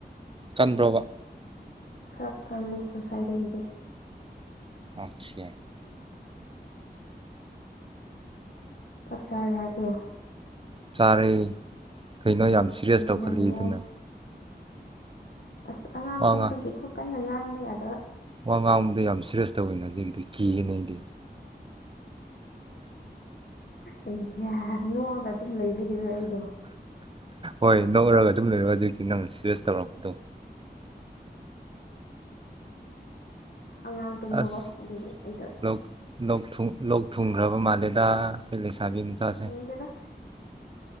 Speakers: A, on the right; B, on the left.
A: ꯆꯟꯕ꯭ꯔꯣꯕ
B: ꯈꯔ ꯈꯜꯜꯂꯤ ꯉꯁꯥꯏꯗꯒꯤꯗꯤ
A: ꯑꯣꯁꯦ
B: ꯆꯥꯛ ꯆꯥꯔꯦ ꯍꯥꯏꯕ꯭ꯔꯣ
A: ꯆꯔꯦ ꯀꯩꯅꯣ ꯌꯥꯝ ꯁꯤꯔꯤꯌꯁ
B: ꯀꯔꯤ ꯏꯟꯖꯥꯡꯅꯣ
A: ꯇꯧꯈꯠꯂꯛꯏꯗꯨꯅ
B: ꯑꯁ ꯑꯉꯥꯡ
A: ꯋꯥ
B: ꯇꯨꯝꯕꯒꯤꯀꯣ
A: ꯉꯥꯡꯕꯗ
B: ꯀꯟꯅ ꯉꯥꯡꯕ ꯌꯥꯗꯕ
A: ꯋꯥꯃꯥꯡꯕꯗ ꯌꯥꯝ ꯁꯤꯔꯤꯌꯁ ꯇꯧꯋꯤꯅ ꯍꯟꯖꯤꯛꯀꯤꯗꯤ ꯀꯤꯑꯦꯅ ꯑꯩꯗꯤ
B: ꯑꯩꯍ ꯅꯣꯛꯑꯒ ꯑꯗꯨꯝ ꯂꯩꯕꯤꯒꯤꯔꯣ ꯑꯩꯗꯣ
A: ꯍꯣꯏ ꯅꯣꯛꯑꯒ ꯑꯗꯨꯝ ꯂꯩꯔꯣ ꯍꯧꯖꯤꯛꯇꯤ ꯅꯪ ꯁꯦꯁ ꯇꯧꯔꯛꯄꯗꯣ
B: ꯑꯉꯥꯡ ꯇꯨꯝꯕꯀꯣ
A: ꯑꯁ
B: ꯑꯗꯨꯒꯤ ꯑꯩꯗꯣ
A: ꯂꯣꯛ ꯂꯣꯛ ꯂꯣꯛ ꯊꯨꯡꯈ꯭ꯔꯕ ꯃꯥꯜꯂꯦꯗ ꯑꯩꯈꯣꯏ ꯂꯩꯁꯥꯕꯤ ꯃꯆꯥꯁꯦ
B: ꯊꯨꯡꯗꯦꯗ